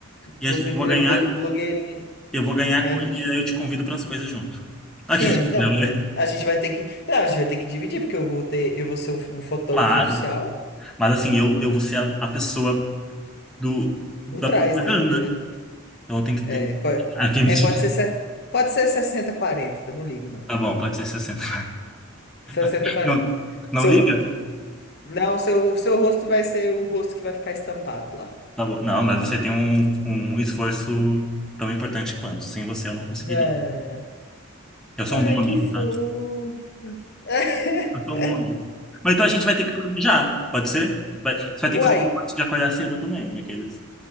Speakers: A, in the centre; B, on the left (about 50°).
A: e
B: Você
A: a gente- eu
B: vira
A: vou ganhar,
B: blo- blogueirinho.
A: eu vou ganhar
B: Aí
A: coisa
B: a gente...
A: e aí eu te convido para as coisas junto. Aqui.
B: Sim, não,
A: <laughs>
B: mas a gente vai ter que. Não, a gente vai ter que dividir, porque eu vou ter. Eu vou ser o, o fotógrafo
A: Claro.
B: oficial
A: Mas assim, eu, eu vou ser a, a pessoa do, da
B: por trás,
A: propaganda.
B: né? É verdade.
A: Então eu tenho que ter.
B: É,
A: <laughs>
B: pode,
A: Ah, quem
B: é,
A: me diga.
B: pode ser, se- pode ser sessenta quarenta. não ligo, não.
A: Tá bom, pode ser 60.
B: Sessenta
A: <laughs>
B: quarenta.
A: Não, não
B: Seu,
A: liga?
B: não, seu, seu rosto vai ser o rosto que vai ficar estampado lá.
A: Tá bom. Não, mas você tem um, um esforço tão importante quanto. Sem você eu não conseguiria.
B: Ah,
A: Eu sou
B: ai,
A: um bom
B: que
A: amigo,
B: fofo.
A: tá?
B: <laughs>
A: Eu sou um bom amigo. Mas então a gente vai ter que planejar, pode ser? Vai, você vai ter que
B: Uai,
A: fazer um esforço de acordar cedo também, aqueles.